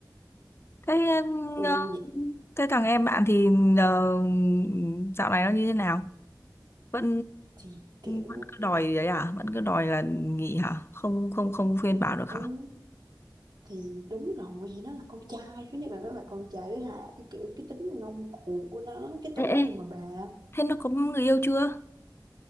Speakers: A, on the left; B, on the right.
A: thế
B: ừ,
A: ờ,
B: vậy
A: thế thằng em bạn thì ờ, dạo này nó như thế nào vẫn
B: thì kiểu
A: vẫn cứ đòi đấy à vẫn cứ đòi là nghỉ hả không không không khuyên bảo được
B: ừ
A: hả
B: thì đúng rồi thì nó là con trai thứ nhất là nó là con trai thứ hai là cái kiểu cái tính ngông cuồng của nó cái tuổi
A: Ê,
B: này
A: ê.
B: mà bà
A: thế nó có người yêu chưa